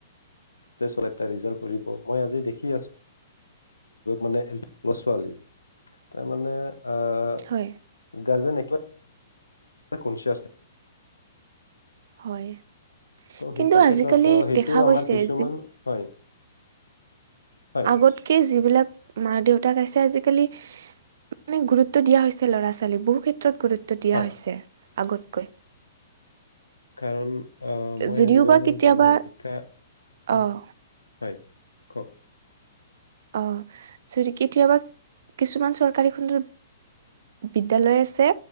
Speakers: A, on the left (about 85°); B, on the right (about 55°).
A: যে চ এটা ৰিজাল্ট কৰিব মই আজি দেখি আছো মানে লৰা ছোৱালী তাৰ মানে অ,
B: হয়।
A: গাৰ্জেন ত কনচিয়ছ
B: হয়।
A: ত' সেইটো
B: কিন্তু
A: ক্ষেত্ৰত
B: আজিকালি
A: সেইটো
B: দেখা
A: আমাৰ
B: গৈছে
A: কিছুমান,
B: যি
A: হয়। হয়
B: আগতকে যিবিলাক মা দেউতাক আছে আজিকালি মানে গুৰুত্ব দিয়া হৈছে ল'ৰা ছোৱালীক বহু ক্ষে ত গুৰুত্ব দিয়া
A: হয়
B: হৈছে। আগতকৈ
A: কাৰণ আহ, মই
B: যদিও
A: যিমান
B: বা
A: দোৰ
B: কেতিয়াবা
A: জানো শিক্ষা, হয়।
B: অ',
A: কওক।
B: অ চৰি, কেতিয়াবা কিছুমান চৰকাৰী খণ্ড বিদ্যালয় আছে